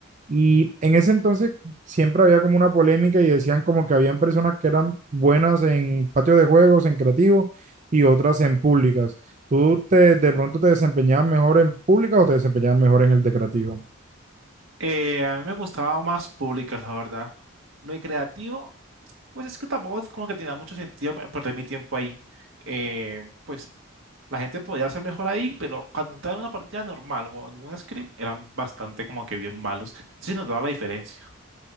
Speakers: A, on the right (about 35°); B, on the right (about 75°).
A: Y en ese entonces siempre había como una polémica y decían como que habían personas que eran buenas en patio de juegos, en creativo y otras en públicas. ¿Tú te, de pronto te desempeñabas mejor en públicas o te desempeñabas mejor en el de creativo?
B: Eh, a mí me gustaba más públicas, la verdad. Lo de creativo, pues es que tampoco es como que tenía mucho sentido pe- perder mi tiempo ahí. Eh, pues La gente podía ser mejor ahí, pero cuando entraba en una partida normal o en un scrim, eran bastante como que bien malos. Sí nos daba la diferencia.